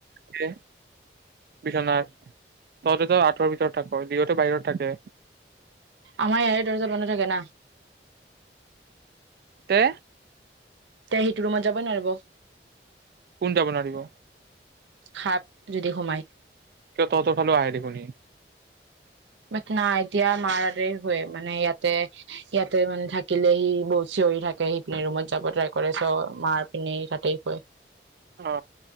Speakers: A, on the right (about 55°); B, on the right (about 85°).
A: কি বিচনাত। তহতে তই আঁঠৰ ভিতৰত থাক সিহঁতে বাহিৰত থাকে।
B: আমাৰ ইয়াৰে দৰ্জা বন্ধ থাকে না।
A: তে
B: তে সেইটো ৰুমত যাবই নোৱাৰিব।
A: কোন যাব নোৱাৰিব।
B: সাপ যদি সোমায়।
A: কিয় তহতৰ ফালে আহে দেখোন সি
B: ব নাই এতিয়া মাৰ তাতে হয় মানে ইয়াতে ইয়াতে মানে থাকিলে সি বৰ চিঞৰি থাকে সিপিনে ৰুমত যাব ট্ৰাই কৰে চ মাৰ পিনে থাকিব।
A: অ